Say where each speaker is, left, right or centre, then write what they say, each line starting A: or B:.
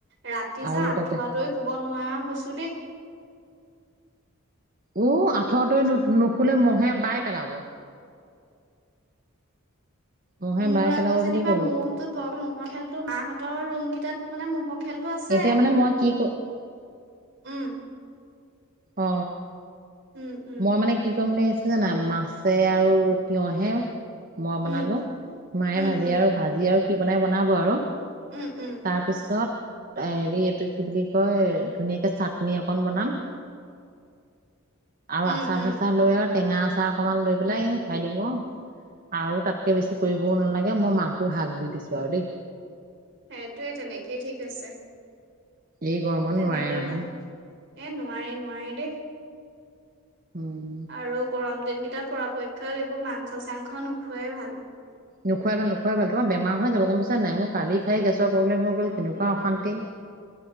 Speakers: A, on the right; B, on the right.
A: ৰাতি
B: আৰু
A: যে আঠুৱা
B: তাতে
A: টৰি শুব নোৱাৰা হৈছোঁ দেই।
B: উ, আঁঠুৱা টৰি নুশুলে মহে বাই পেলাব। মহে
A: মোৰ
B: বাই
A: আকৌ
B: পেলাব
A: যেনিবা,
B: বুলি কলো
A: মোন <inaudible> ম'হৰ খেলতো মাহঁতৰ ৰুম কেইটাত মানে ম'হৰ খেলতটো আছে।
B: এতিয়া মানে মই কি ক
A: উম,
B: অ,
A: উম উম
B: মই মানে কি কৰিম বুলি আহিছ জানা, মাছে আৰু তিয়হে মই
A: উম
B: বনালো, মায়ে
A: উম
B: ভাজি
A: উম
B: আৰু ভাত। ভাজি আৰু কি বনাই, বনাব আৰু
A: উম উম
B: তাৰপিছত হেৰি এইটো কি বুলি কয়, ধুনীয়াকে চাটনি অকণ বনাম। আৰু
A: উম
B: আচাৰ-চাচাৰ
A: উম
B: লৈ আৰু টেঙা আচাৰ অকমান লৈ পেলাই আহি খাই দিব। আৰু তাতকে বেছি কৰিবও নালাগে, মই মাকো হাক দি দিছোঁ আৰু দেই।
A: সেইটোৱেই তেনেকেই ঠিক আছে।
B: এই গৰমত
A: তেনেকে
B: নোৱাৰে নহয়
A: ভাল। এই নোৱাৰি, নোৱাৰি, দেই।
B: উম,
A: আৰু গৰম দিন কেইটা পৰাপক্ষত, এইবোৰ মাংস-চাংস নোখোৱাই ভাল।
B: নুখুৱাই ভাল নোখুৱাই ভাল তোমাৰ বেমাৰ হৈ যাব গম পাইছা নে নাই। মোৰ কালি খাই গেছৰ প্ৰবলেম হৈ গল কেনেকুৱা। অশান্তি।